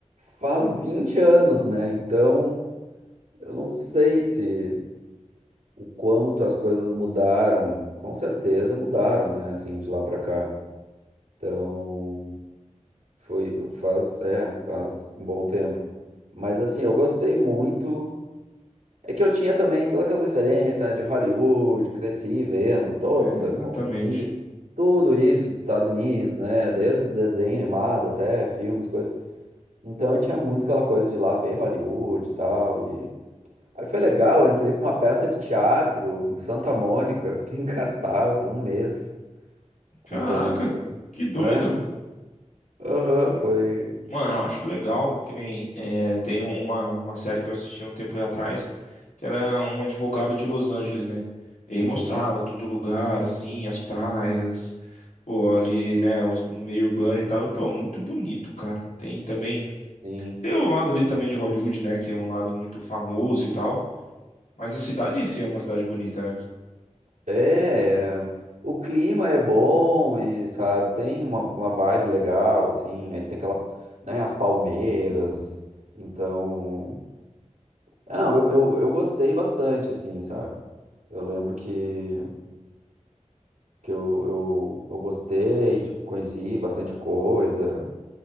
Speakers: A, on the right; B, on the left.
A: faz 20 anos, né? Então, eu não sei se o quanto as coisas mudaram. Com certeza mudaram, né? Assim, de lá pra cá. Então, foi, faz, é, faz um bom tempo. Mas assim, eu gostei muito. É que eu tinha também todas aquelas referências, né, de Hollywood, cresci vendo, todos,
B: É,
A: eh,
B: exatamente.
A: consumindo tudo isso dos Estados Unidos, né? Desde desenho animado até filmes, coisas. Então eu tinha muito aquela coisa de ir lá ver Hollywood e tal. E... Aí foi legal, eu entrei pra uma peça de teatro em Santa Mônica, <laughs> fiquei em cartaz de um mês com
B: Caraca,
A: os americanos.
B: que doido!
A: É? Aham, foi.
B: Mano, eu acho legal que nem é, tem uma, uma série que eu assisti um tempo atrás, que era um advogado de Los Angeles, né? E aí
A: Uhum,
B: mostrava todo lugar, assim, as praias, pô, ali, né, o meio urbano e tal. E, pô, muito bonito, cara. Tem também,
A: sim.
B: tem o lado ali também de Hollywood, né, que é um lado muito famoso e tal. Mas a cidade em si é uma cidade bonita, né?
A: É, é, o clima é bom e, sabe, tem uma, uma vibe legal, assim, aí tem aquela, né, as palmeiras, então... Não, eu, eu, eu gostei bastante, assim, sabe? Eu lembro que, que eu, eu, eu gostei, tipo, conheci bastante coisa,